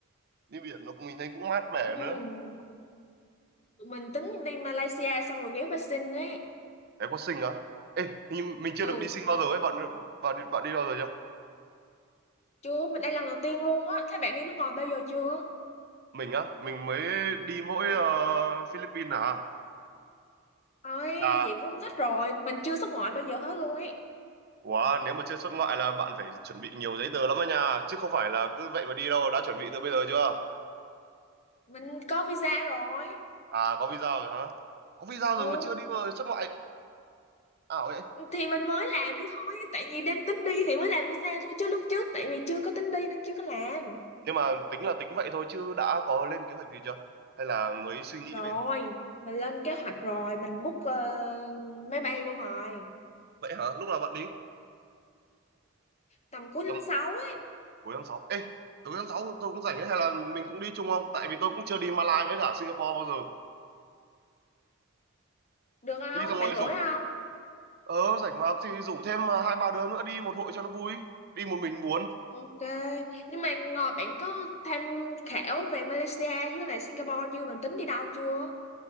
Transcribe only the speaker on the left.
Ừm,
tụi mình tính đi Malaysia xong rồi ghé Bắc ấy
ừ
chưa mình đây lần đầu tiên luôn á thế bạn đi nước ngoài bao giờ chưa
ừ
ơi
vậy cũng thích rồi mình chưa xuất ngoại bao giờ hết luôn ấy
mình có visa rồi
ừ
thì mình mới làm đi thôi tại vì đang tính đi thì mới làm visa thôi chứ lúc trước tại vì chưa có tính đi nên chưa có làm
rồi
mình lên kế hoạch rồi mình book ờ, máy bay luôn rồi
tầm cuối
tháng sáu ấy
được không
bạn rỗi
không
ok nhưng mà ngồi bạn có tham khảo về Malaysia với lại Singapore chưa bạn tính đi đâu chưa